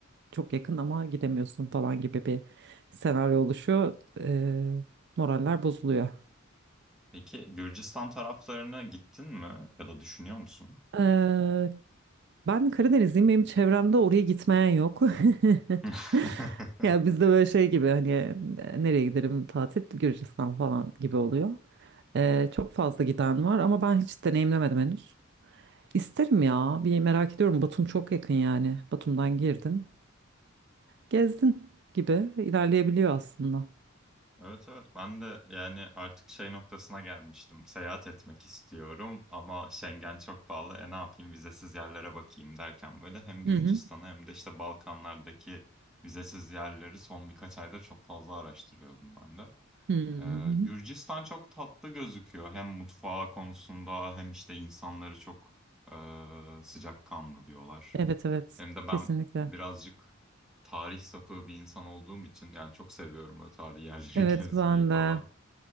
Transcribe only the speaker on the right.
çok yakın ama gidemiyorsun falan gibi bir senaryo oluşuyor. Eee, moraller bozuluyor.
Eee, ben Karadenizliyim benim çevremde oraya gitmeyen yok. <laughs>
Ya bizde böyle şey gibi hani e, nereye giderim tatil Gürcistan falan gibi oluyor. Ee, çok fazla giden var ama ben hiç deneyimlemedim henüz. İsterim ya bir merak ediyorum Batum çok yakın yani Batum'dan girdin gezdin gibi ilerleyebiliyor aslında.
Hı hı.
Hı hı.
hı.
Evet evet
kesinlikle.
Evet
ben
de.